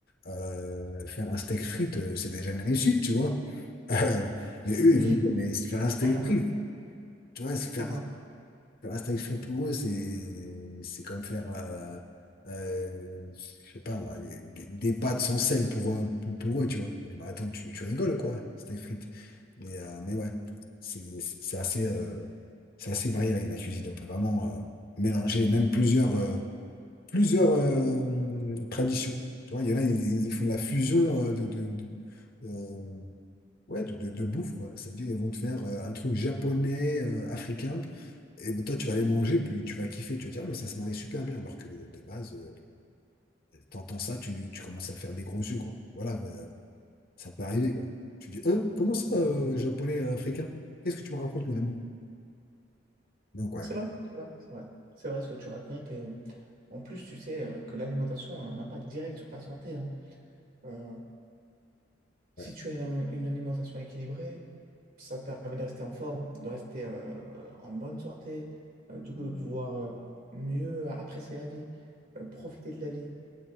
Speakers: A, on the left (about 50°); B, on the right (about 50°).
A: euh, faire un steak frites, euh, c'est déjà une réussite, tu vois. Euh, mais eux, ils
B: <laughs>
A: vont me dire, mais faire un steak
B: Ah,
A: frites, tu vois, faire
B: ah,
A: Faire un steak frites pour eux, c'est c'est comme faire, euh, euh, je sais pas moi, des, des- des pâtes sans sel pour, euh, pour, pour eux, tu vois. Eh ben, attends, tu, tu rigoles, quoi, steak frites. Mais, euh, mais ouais, c'est c'est assez, euh, c'est assez varié la la cuisine. On peut vraiment euh, mélanger même plusieurs, euh, plusieurs euh, traditions. Tu vois, il y en a, ils, ils font de la fusion euh, de, de, de- euh, ouais, de, de- de bouffe, quoi. C'est-à-dire, ils vont te faire euh, un truc japonais, euh, africain. Et ben, toi, tu vas les manger, puis tu vas kiffer, tu vas dire, Ah, mais ça se mariait super bien. Alors que de base, euh, t'entends ça, tu, tu commences à faire des gros yeux, quoi. Voilà, euh, ça peut arriver, quoi. Tu dis, hein, comment ça, euh, japonais, euh, africain? Qu'est-ce que tu me racontes, mon ami? Donc, ouais,
B: c'est vrai, c'est vrai, c'est vrai. C'est vrai ce que tu racontes. Et euh, en plus, tu sais euh, que l'alimentation a un impact direct sur ta santé. hein. Euh, Si
A: ouais,
B: tu as une, une alimentation équilibrée, ça te permet de rester en forme, de rester euh, en bonne santé, euh, du coup de pouvoir euh, mieux apprécier la vie, euh, profiter de la vie,